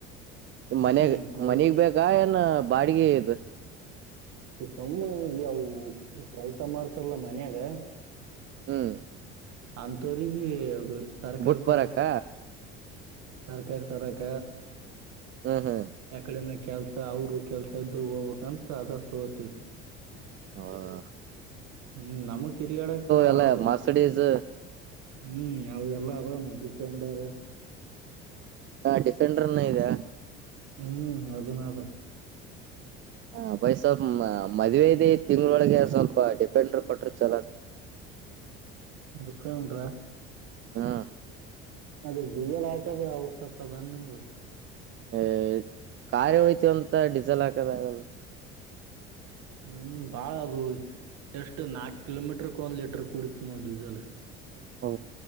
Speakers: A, on the right (about 40°); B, on the right (about 60°).
A: ಮನ್ಯಗ್
B: ಹ್ಮ್ ಕೈ
A: ಮನಿಗ್ ಬೇಕಾ ಏನ್ ಬಾಡಿಗೆ ಈದ
B: ಈ ಸುಮ್ಮ ಈ ಅವು ಕೆಲ್ಸ ಮಾಡ್ತಾರಲ್ಲ ಮನ್ಯಾಗ
A: ಹ್ಮ್
B: ಅಂತೋರಿಗಿ ತರಕಾರಿ
A: ಬುಟ್
B: ತರಕ್ಕ
A: ಬರಕ್ಕ
B: ತರಕಾರಿ ತರಕ
A: ಹ್ಮ್ ಹ್ಮ್
B: ಯಕಡೆನ ಕೆಲ್ಸ ಅವರು ಕೆಲ್ಸ ಇದ್ದು ಹೋಗ್ಬೇಕಂತ ಅದ ತೋಗತಿವಿ
A: ಹೌದ
B: ಹ್ಮ್ ನಮಗ್ ತಿರಿಯಾಡಕ್
A: ಎಲ್ಲ
B: ಅವು
A: ಮರ್ಸಿಡೀಸ್
B: ಹ್ಮ್ ಅವ ಎಲ್ಲ <unintelligible> ಡಿಪೆಂಡರ್
A: ಹಾ ಡಿಫೆಂಡರ್ನ್ನ ಇದ
B: ಹ್ಮ್ ಅದನ್ನಾದ
A: ಹ ಬೈ ಸ್ವಲ್ ಮದ್ುವವೆದ ತಿಂಗಳೊಳಗೆ ಸ್ವಲ್ಪ ಡಿಫೆಂಡರ್ ಕೊಟ್ರ ಚಲ ಆಗ್ತದೆ
B: ಅಪನ್್ರಾ <unintelligible>
A: ಹಾ
B: ಅದ ದಿವಲ್ ಹಾಕದ ಅವಕತದನ್ ನಿಮ್ದ
A: ಹ ಕಾರಖಾರಿ ಹೋಯ್ತವಂತ ಡೀಿಸೆಲ್ ಹಾಕದ ಆಗಲ್ಲ <inaudible>
B: ಹ್ಮ್ ಬಾಳ ಅದು ಎಷ್ಟ್ ನಾಕ್ ಕಿಲೋಮೀಟರ್ಕ್ ಒಂದ್ ಲೀಟರ್ ಕುೂಡಿತು ನಾವ ಡೀಸೆಲ್
A: ಓ